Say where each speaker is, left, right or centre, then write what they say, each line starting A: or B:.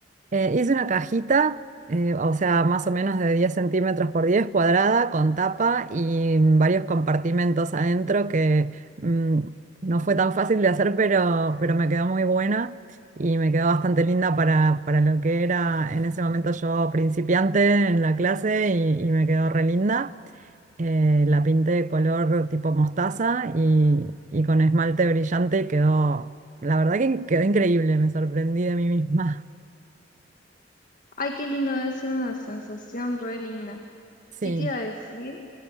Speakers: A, on the right (about 40°); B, on the left (about 50°).
A: Eh, hice una cajita, eh, o sea, más o menos de 10 centímetros por 10 cuadrada, con tapa y mm, varios compartimentos adentro que mm, no fue tan fácil de hacer, pero, pero me quedó muy buena y me quedó bastante linda para, para lo que era en ese momento yo principiante en la clase y, y me quedó re linda. Eh, la pinté de color tipo mostaza y, y con esmalte brillante y quedó, la verdad que quedó increíble, me sorprendí de mí misma.
B: Ay, qué lindo, debe ser una sensación re linda.
A: <laughs>
B: ¿Qué
A: Sí.
B: te iba a decir?